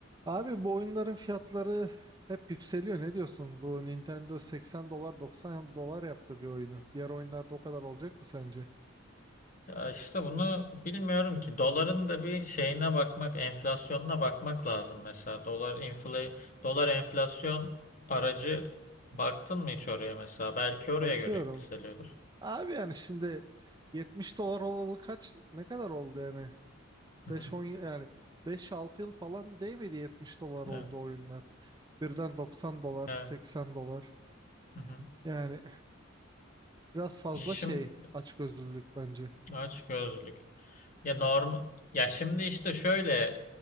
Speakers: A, on the right (about 20°); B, on the left (about 40°).
A: Abi bu oyunların fiyatları hep yükseliyor. Ne diyorsun? Bu Nintendo 80 dolar 90 dolar yaptı bir oyunu. Diğer oyunlarda o kadar olacak mı sence?
B: Ya işte bunu bilmiyorum ki. Doların da bir şeyine bakmak, enflasyonuna bakmak lazım mesela. Dolar infle, dolar enflasyon aracı baktın mı hiç oraya mesela? Belki oraya
A: Bakıyorum.
B: göre yükseliyordur.
A: Abi yani şimdi 70 dolar olalı kaç ne kadar oldu yani?
B: Hı
A: 5-10
B: hı.
A: yani 5-6 yıl falan değmedi 70 dolar oldu
B: Evet.
A: oyunlar. Birden 90 dolar
B: Evet.
A: 80 dolar.
B: Hı hı.
A: Yani biraz fazla
B: Şimdi
A: şey açgözlülük bence.
B: aç gözlük. Ya norm ya şimdi işte şöyle